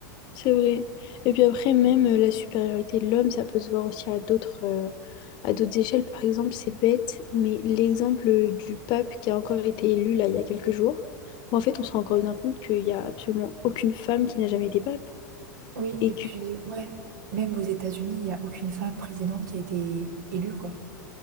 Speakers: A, on the left; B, on the right.
A: C'est vrai. Et puis après, même euh, la supériorité de l'homme, ça peut se voir aussi à d'autres euh, à d'autres échelles. Par exemple, c'est bête, mais l'exemple euh, du pape qui a encore été élu là il y a quelques jours, bon, en fait, on se rend encore bien compte qu'il n'y a absolument aucune femme qui n'a jamais été pape.
B: oui
A: Et
B: et puis
A: que
B: ouais même aux États-Unis il n'y a aucune femme présidente qui a été élue quoi